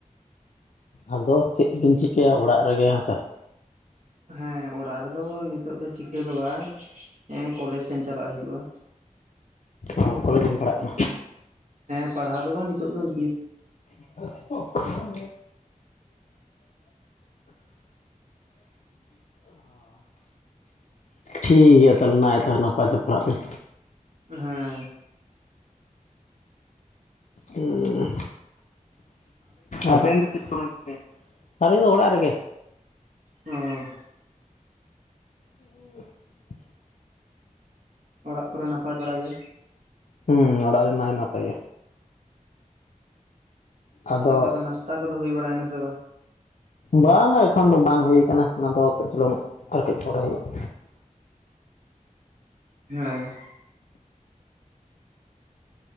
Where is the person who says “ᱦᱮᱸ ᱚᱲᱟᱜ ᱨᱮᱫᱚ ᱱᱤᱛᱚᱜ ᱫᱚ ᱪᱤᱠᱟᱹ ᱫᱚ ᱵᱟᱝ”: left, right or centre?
Right